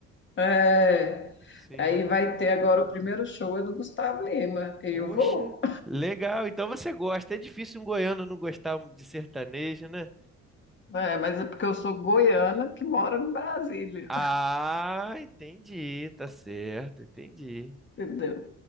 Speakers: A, on the left; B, in the centre.
A: É,
B: Sim.
A: aí vai ter agora o primeiro show é do Gustavo Lima. Eu
B: Poxa,
A: vou.
B: legal. Então você gosta. É difícil um goiano não gostar de sertanejo, né?
A: É, mas é porque eu sou goiana que mora em Brasília,
B: Ah, entendi, tá certo, entendi.
A: <laughs> entendeu?